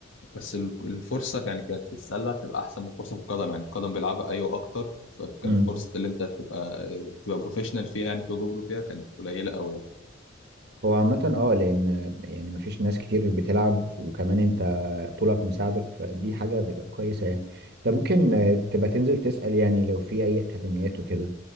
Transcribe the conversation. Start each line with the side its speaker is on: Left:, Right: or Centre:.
Left: بس ال- الفرصه يعني كانت في السله تبقى احسن من الفرصه في القدم يعني القدم بيلعبها ايوه اكتر فكانت
Right: إمم.
Left: فرصه اللي انت تبقى تبقى بروفيشنال فيها يعني توجو برو فيها كانت قليله قوي يعني
Right: هو عامة اه لأن يعني مفيش ناس كتير بتلعب وكمان انت طولك مساعدك فدي حاجة هتبقى كويسة يعني انت ممكن
Left: آه.
Right: آه، تبقى تنزل تسأل يعني لو في أي أكاديميات وكده